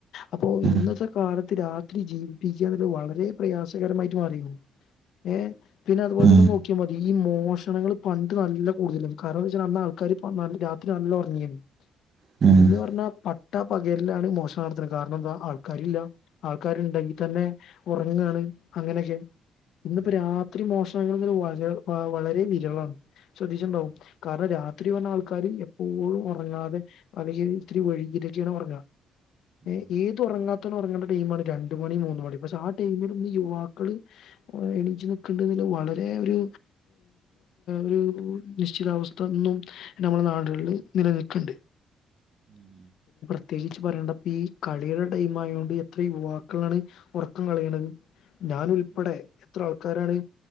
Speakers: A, on the left (about 75°); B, on the right (about 50°).
A: അപ്പൊ ഇന്നത്തെ
B: ഉം
A: കാലത്ത് രാത്രി ജീവിപ്പിക്ക എന്നത് വളരെ പ്രയാസകരമായിട്ട് മാറീ ഏ പിന്നെ അതുപോലെ
B: ഉം
A: തന്നെ നോക്കിയാ മതി ഈ മോഷണങ്ങൾ പണ്ട് നല്ല കൂടുതലും കാരണ <unintelligible> ആൾ ക്കാര് പറഞ്ഞ രാത്രി നല്ല ഒറങ്ങീന്നു
B: അതെ
A: ഇന്ന്
B: അതെ
A: പറഞ്ഞാ പട്ടാ പകലിലാണ് മോഷണം നടത്തണെ കാരണം ന്താ ആൾക്കാരില്ല ആൾക്കാര്ണ്ടെങ്കി തന്നെ ഒറങ്ങ അങ്ങനെയൊക്കെ ഇന്നിപ്പോ രാത്രി മോഷണങ്ങൾ വര വളരെ വിരളാണ് ശ്രദ്ധിച്ചിണ്ടാവും കാരണം രാ <unintelligible> പറഞ്ഞ ആൾക്കാര് എപ്പോഴും ഒറങ്ങാതെ അല്ലെങ്കിൽ ഇത്തിരി വൈകിട്ടൊക്കെണ് ഒറങ്ങ ഏഹ് ഏത് ഒറങ്ങാത്തൊനും ഒറങ്ങണ്ട ടൈമാണ് രണ്ട് മണി മൂന്ന് മണി പക്ഷെ ആ ടൈമിലും യുവാക്കള് എണീച്ചു ന്ക്ക്ണ്ടെങ്കിൽ വളരെ ഒരു ഒരു നിശ്ചിതാവസ്ഥ ഒന്നും നമ്മളെ നാട്കളില് നിലനിക്ക്ണ്ട് പ്രത്യേകിച്ച് പറയണ്ട പ്പീ കളീടെ ടൈം ആയോണ്ട് എത്ര യുവാക്കളാണ് ഒറക്കം കളയണത് ഞാൻ ഉൽപ്പടെ എത്ര ആൾക്കാരാണ്